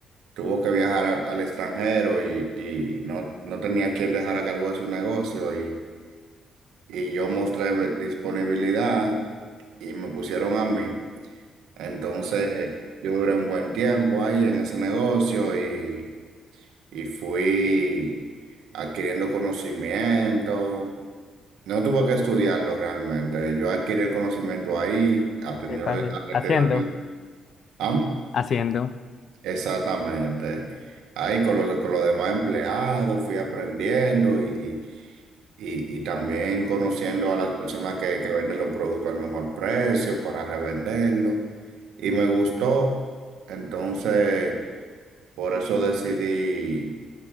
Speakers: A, on the right (about 80°); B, on the left (about 55°).
A: tuvo que viajar al, al extranjero y, y no, no tenía quien dejar a cargo de su negocio y, y yo mostré mi disponibilidad y me pusieron a mí. Entonces yo duré un buen tiempo ahí en ese negocio y, y fui adquiriendo conocimiento. No tuve que estudiarlo realmente. Yo adquirí el conocimiento ahí, atendiendo,
B: ¿Qué pase?
A: atendiendo,
B: Haciendo.
A: ¿Ah?
B: Haciendo.
A: Exactamente. Ahí con los, con los demás empleados fui aprendiendo y, y, y, y también conociendo a las personas que, que venden los productos al mejor precio para revenderlos. Y me gustó. Entonces, por eso decidí